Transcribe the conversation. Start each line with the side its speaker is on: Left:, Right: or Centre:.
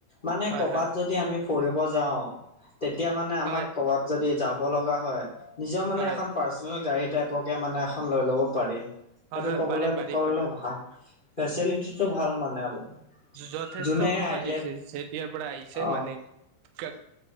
Left: মানে
Right: হয়
Left: কৰবাত
Right: হয়
Left: যদি আমি ফৰিব যাও তেতিয়া মানে আমাক
Right: হয়
Left: কৰবাত যদি যাও যাব লগা হয় নিজৰ মানে
Right: হয়
Left: পৰ্চনেল গাড়ী টাইপৰকে মানে এখন লৈ লব পাৰি সেইটো
Right: হয় হয়
Left: কবলৈ
Right: পাৰি পাৰি
Left: কবলে
Right: পাৰি
Left: ভাল ফেচিলিটিটো ভাল মানে আৰু
Right: যথেষ্ট
Left: যোনে
Right: সহায়
Left: আইডিয়া
Right: হৈছে যেতিয়াৰ পৰা আহিছে
Left: অ
Right: মানে গা